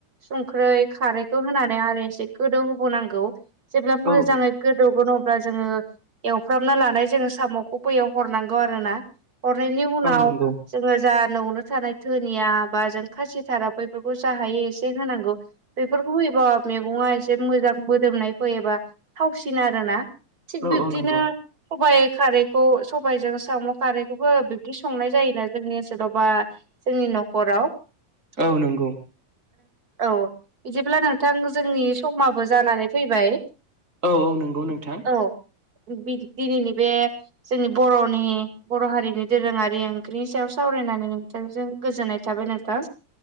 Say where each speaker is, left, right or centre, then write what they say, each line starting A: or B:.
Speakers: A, on the right (about 40°); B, on the right (about 25°).
A: संख्रै खारैखौ होनानै आरो एसे गोदौहोबोनांगौ जेब्ला मोजाङै
B: औ
A: गोदौगोन अ ब्ला जोङो एवफ्रामना लानाय जोङो साम'खौ बैयाव हरनांगौ आरो ना हरनायनि उनाव
B: औ नंगौ
A: जोङो जा न'आवनो थानाय धोनिया बा जों खासिथारा बैफोरखौ जाहायो एसे होनांगौ बेफोरखौ होयोबा मैगङा एसे मोजां मोदोमनाय फैयोबा थावसिन आरोना थिग
B: औ
A: बिब्दिनो
B: औ नंगौ
A: सबाइ खारै सबायजों साम' खारैखौबो बिब्दि संनाय जायोना जोंनि ओनसोलाव बा जोंनि न'खराव हेलौ
B: औ नंगौ
A: औ बिदिब्ला नोंथां जोंनि समाबो जानानै फैबाय
B: औ औ नंगौ नोंथां
A: औ दिनैनि बे जोंनि बर'नि बर' हारिनि दोरोङारि ओंख्रिनि सायाव सावरायनानै नोंथांजों गोजोननाय थाबाय नोंथां